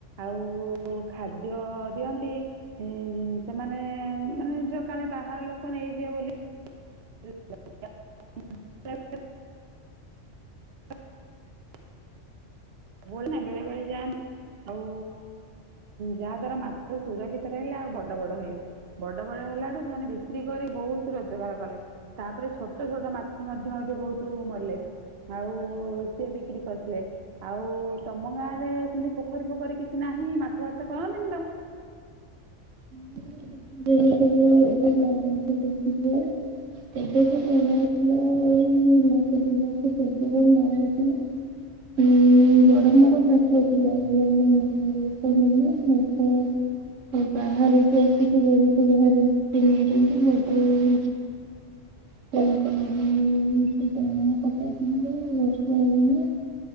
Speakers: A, on the right; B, on the right.
A: ଆଉ ଖାଦ୍ୟ ଦିଅନ୍ତି। ଏଁ ସେମାନେ ମାନେ ଯ କାଳେ ବାହାର ଲୋକ ନେଇଯିବେ ବୋଲି। <unintelligible> ବୋଲ ନା ବେଳେବେଳେ ଯାନ୍। ଆଉ ଯାହା ଦ୍ଵାରା ମାଛ ସୁରକ୍ଷିତ ରହିଲା ଆଉ ବଡ ବଡ ହେଲେ। ବଡ ବଡ ହେଲାଠୁ ସେମାନେ ବିକ୍ରି କରିି ବହୁତ ରୋଜଗାର କଲେ। ତାପରେ ଛୋଟ ଛୋଟ ମାଛ ମଧ୍ୟ ଏଇଠି ବହୁତ ମଲେ। ଆଉ ସିଏ ବିକ୍ରି କରିଥିଲେ। ଆଉ ତମ ଗାଁ ରେ ସେମିତି ପୋଖରୀ ପୋଖରୀ କିଛି ନାହିଁ ମାଛ ବାଛ କରନ୍ତିନି ତ।
B: <unintelligible> <inaudible> <unintelligible> ଆଉ ବାହାରକୁ ଆସିକି <unintelligible> ଥିଲା। <unintelligible>